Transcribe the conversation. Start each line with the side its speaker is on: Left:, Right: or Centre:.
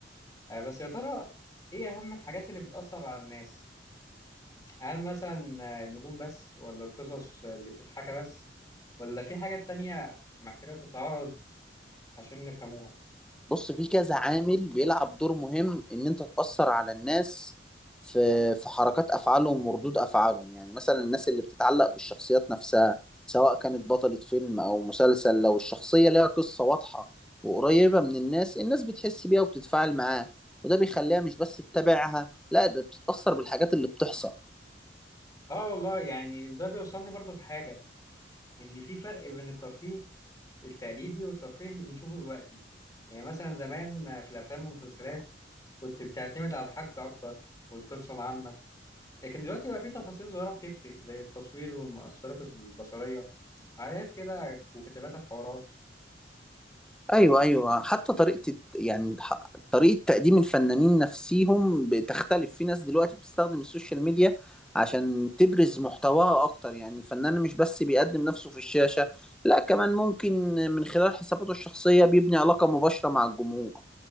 Left: آه، بس يا ترى ايه اهم الحاجات اللي بتأثر على الناس هل مثلا آه، النجوم بس ولا القصص اللي بتتحكى بس ولا في حاجات تانية محتاجة تتعرض عشان نفهموها
Centre: بص في كذا عامل بيلعب دور مهم ان انت تأثر على الناس في في حركات افعالهم وردود افعالهم يعني مثلا الناس اللي بتتعلق بالشخصيات نفسها سواء كانت بطلة فيلم او مسلسل لو الشخصية ليها قصة واضحة وقريبة من الناس الناس بتحس بيها وبتتفاعل معاها وده بيخليها مش بس تتابعها لا ده بتتأثر بالحاجات اللي بتحصل
Left: اه والله يعني ده بيوصلني برضو لحاجة ان في فرق بين الترفيه التقليدي والترفيه اللي بنشوفه دلوقتي يعني مثلا زمان في الافلام والمسلسلات كنت بتعتمد على الحبكة اكتر والقصة العامة لكن دلوقتي بقى في تفاصيل صغيرة بتفرق زي التصوير والمؤثرات البصرية حاجات كده وكتابات الحوارات
Centre: ايوه ايوه حتى طريقه الت- يعني ح- طريقه تقديم الفنانين نفسيهم بتختلف في ناس دلوقتي بتستخدم السوشيال ميديا عشان تبرز محتواها اكتر يعني الفنان مش بس بيقدم نفسه في الشاشه لا كمان ممكن من خلال حساباته الشخصيه بيبني علاقه مباشره مع الجمهور